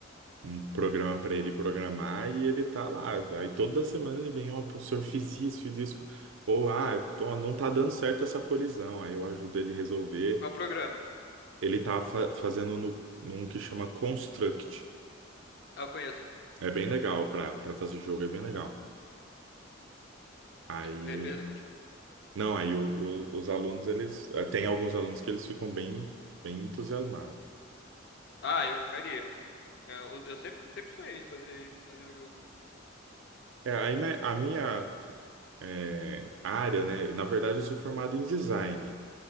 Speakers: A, on the right; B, on the left.
A: um programa para ele programar e ele tá lá. Aí toda semana ele vem, ó, professor, fiz isso, fiz isso. Ou, ah,
B: Fofo.
A: ó, não tá dando certo essa colisão. Aí eu ajudo ele resolver.
B: Qual o programa?
A: Ele tá fa- fazendo no, num que chama Construct.
B: Ah, eu conheço.
A: É bem legal para para fazer jogo, é bem legal. Aí,
B: É, per- Perdão, continua.
A: não, aí o- o- os alunos, eles, eh, tem alguns alunos que eles ficam bem, bem entusiasmados.
B: Ah, eu ficaria. É, Eu, eu sempre, sempre sonhei em fazer, fazer um jogo.
A: É, aí me- a minha eh, área, né, na verdade eu sou formado em design.